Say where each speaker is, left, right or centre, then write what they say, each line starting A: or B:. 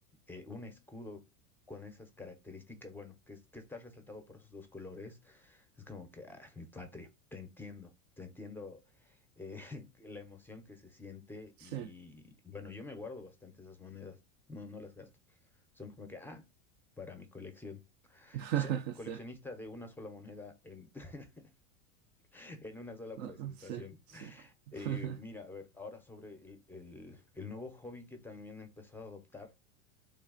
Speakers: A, in the centre; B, on the right.
A: eh, un escudo con esas características, bueno, que, es- que está resaltado por esos dos colores, es como que, ah, mi patria, te entiendo, te entiendo eh, <laughs> la emoción que se siente
B: sí,
A: y bueno, yo me guardo bastante esas monedas, no, no las gasto. Son como que, ah, para mi colección.
B: <laughs>
A: Soy coleccionista
B: sí,
A: de una sola moneda en, <laughs> en una sola
B: no,
A: presentación.
B: no, sí. sí. <laughs>
A: Eh, mira, a ver, ahora sobre el, el el nuevo hobby que también he empezado a adoptar.